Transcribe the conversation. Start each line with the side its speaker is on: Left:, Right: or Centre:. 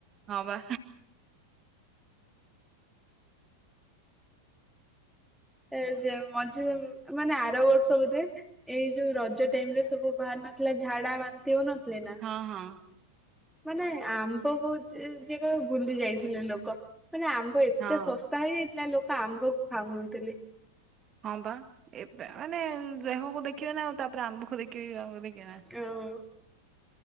Right: ହଁ ବା
Centre: ଏ ଯେ ମଝି ମାନେ ଆର ବର୍ଷ ବୋଧେ ଏଇ ଯୋଉ ରଜ ଟାଇମ ରେ ସବୁ ବାହାର ନଥିଲା ଝାଡା ବାନ୍ତି ହଉ ନଥିଲେ ନା।
Right: ହଁ ହଁ।
Centre: ମାନେ ଆନ୍ଦ ପୁର ଯି ଯିଏ କହିବ ବୁଲି ଯାଇଥିଲେ ଲୋକ ମାନେ ଆମ୍ ଆ ଏତେ
Right: ହଁ
Centre: ଶସ୍ତା ହେଇଯାଇଥିଲା ଲୋକ ଆମ୍ବ କୁ ଖାଉନଥିଲେ।
Right: ହଁ ବା ଏବେ ମାନେ ଦେହକୁ ଦେଖିବେ ନା ଆଉ ତାପରେ ଆମ୍ବକୁ ଦେଖିବ ଆକୁ ଦେଖିବେ ନା
Centre: ଆଉ